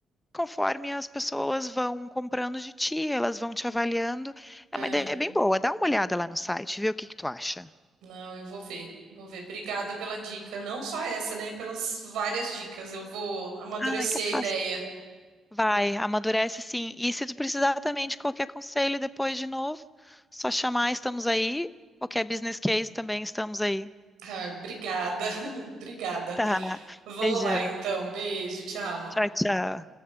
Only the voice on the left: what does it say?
conforme as pessoas vão comprando de ti, elas vão te avaliando.
É uma ideia bem boa. Dá uma olhada lá no site, vê o que que tu acha.
Ah, é capaz.
Vai, amadurece sim. E se tu precisar também de qualquer conselho depois de novo, só chamar, estamos aí. Qualquer business case também estamos aí.
Tá.
Beijão.
Tchau, tchau.